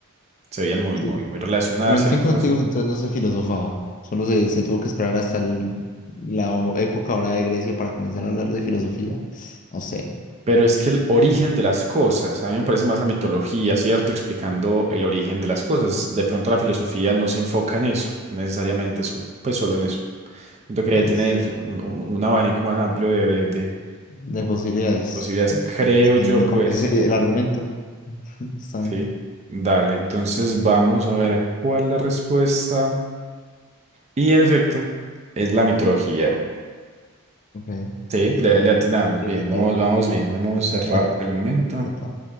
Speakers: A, on the right (about 30°); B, on the left (about 35°).
A: se veían muy,
B: Sí,
A: muy, muy relacionadas,
B: Pero en
A: ¿cierto?
B: tiempos
A: Entonces,
B: antiguos entonces no se filosofaba, solo se, se tuvo que esperar hasta el- la o- época ahora de Grecia para comenzar a hablar de filosofía. No sé,
A: pero es que el origen de las cosas, a mí me parece más la mitología, ¿cierto? Explicando el origen de las cosas. De pronto la filosofía no se enfoca en eso, necesariamente solo, pues solo en eso. Siento que
B: pues.
A: tiene un, un- un abanico más amplio de, de, de
B: de posibilidades.
A: posibilidades, creo
B: No
A: yo,
B: me
A: pues,
B: convence el argumento. Está
A: sí.
B: bien.
A: Dale, entonces vamos a ver cuál es la respuesta. Y en efecto, es la mitología.
B: Ok.
A: Sí,
B: Sí,
A: le, le atinamos
B: tiene
A: bien,
B: sentido.
A: vamos, vamos bien, la hemos cerrado
B: Tiene sentido.
A: por el momento.
B: Epa.